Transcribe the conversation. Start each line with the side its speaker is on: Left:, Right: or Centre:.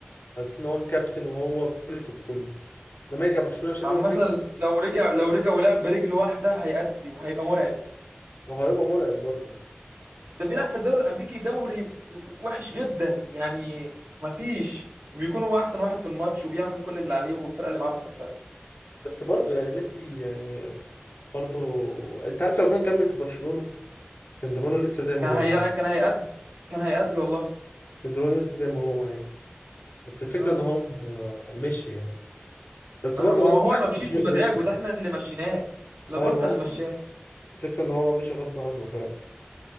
Left: بس ان هو الكابتن وهو الكل في الكل لما يرجع برشلونه عشان
Right: عامه
Left: يقعد دكه
Right: لو رجع لو رجع ولعب برجل واحده هيأدي وهيبقى مرعب
Left: ما هو هيبقى مرعب برضه
Right: ده بيلعب في الدوري الامريكي دوري وحش جدا يعني مفيش وبيكون هو احسن واحد في الماتش وبيعمل كل اللي عليه والفرقه اللي معاه بتخسره
Left: بس برضه يعني ميسي يعني برضه انت عارف لو كان كمل في برشلونه كان زمانه لسه زي ما
Right: كان
Left: هو
Right: هي
Left: عادي
Right: كان هيأدي كان هيأدي والله
Left: كان زمانه لسه زي ما هو عادي بس الفكره
Right: اه
Left: ان هو مشي يعني بس
Right: ما
Left: برضه
Right: ما
Left: غصب
Right: هو هو
Left: عنه
Right: ما مشيش
Left: مش هو
Right: بمزاجه
Left: اللي مشي
Right: ده احنا اللي مشيناه لابورتا
Left: ايوه ما
Right: اللي مشاه
Left: هو الفكره ان هو مشي غصب عنه فعلا